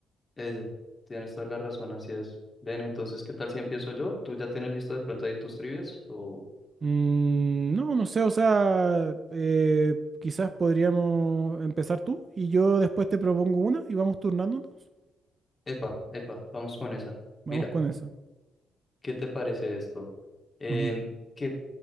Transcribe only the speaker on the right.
Mm, no, no sé, o sea, eh, quizás podríamos empezar tú y yo después te propongo una y vamos turnándonos.
Vamos
con eso.
Ujú.